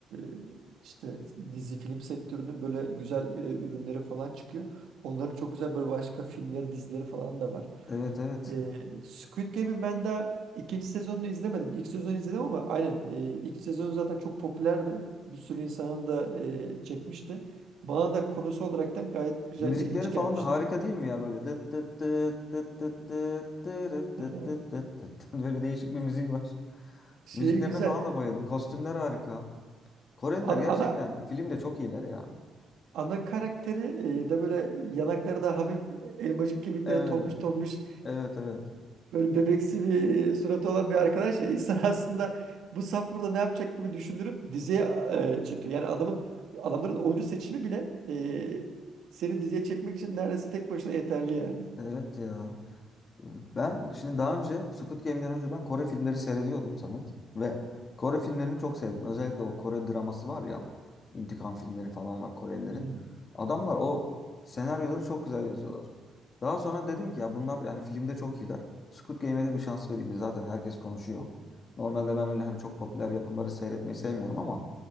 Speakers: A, on the right (about 75°); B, on the left (about 40°).
A: e, işte dizi film sektörünün böyle güzel e, ürünleri falan çıkıyor. Onların çok güzel böyle başka filmleri dizileri falan da var.
B: Evet evet.
A: E, Squid Game'in ben daha ikinci sezonunu izlemedim. İlk sezonu izledim ama aynen e, ilk sezonu zaten çok popülerdi. Bir sürü insanın da e, çekmişti. Bana da konusu olaraktan gayet güzel
B: Müzikleri
A: ilginç
B: falan
A: gelmişti.
B: da harika değil mi ya böyle? Dıt dıt dıt dıt dıt dıt dırıt dıt
A: <laughs>
B: dıt dıt dıt. dıt. <laughs> Böyle değişik bir müziği var.
A: Şey
B: Müziklerine
A: güzel.
B: falan da bayıldım. Kostümler harika. Koreliler
A: Ana,
B: gerçekten
A: ana
B: filmde çok iyiler ya.
A: ana karakteri e, da böyle yanakları da hafif elmacık kemikleri
B: Evet.
A: tombiş tombiş
B: Evet evet.
A: böyle bebeksi bir e, suratı olan bir arkadaş ya insan <laughs> aslında bu saf burada ne yapacak gibi düşündürüp diziye e, çekiyor. Yani adamın adamların oyuncu seçimi bile e, seni diziye çekmek için neredeyse tek başına yeterli yani.
B: Evet ya. Ben şimdi daha önce Squid Game'den önce ben Kore filmleri seyrediyordum Samet. Ve Kore filmlerini çok sevdim. Özellikle o Kore draması var ya. İntikam filmleri falan var Korelilerin.
A: Hmm.
B: Adamlar o senaryoları çok güzel yazıyorlar. Daha sonra dedim ki ya bunlar yani filmde çok iyiler. Squid Game'e de bir şans vereyim. Zaten herkes konuşuyor. Normalde ben öyle hani çok popüler yapımları seyretmeyi sevmiyorum ama